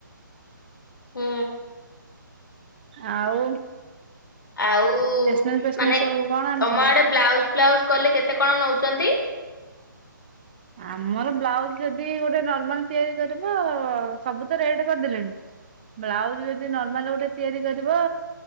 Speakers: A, on the left (about 70°); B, on the right (about 25°).
A: ହୁଁ।
B: ଆଉ?
A: ଆଉ
B: ଷ୍ଟେସନାରୀ ଫେସନାରୀ
A: ମାନେ
B: ସବୁ କଣ ଆଣିଥିଲୁ?
A: ତମ ଆଡେ ବ୍ଲାଉଜ ଫ୍ଲାଉଜ କଲେ କେତେ କଣ ନଉଛନ୍ତି?
B: ଆମର ବ୍ଲାଉଜ ଯଦି ଗୋଟେ ନର୍ମାଲ ତିଆରି କରିବ ସବୁ ତ ରେଟ କରିଦେଲେଣି ବ୍ଲାଉଜ ଯଦି ନର୍ମାଲ ଗୋଟେ ତିଆରି କରିବ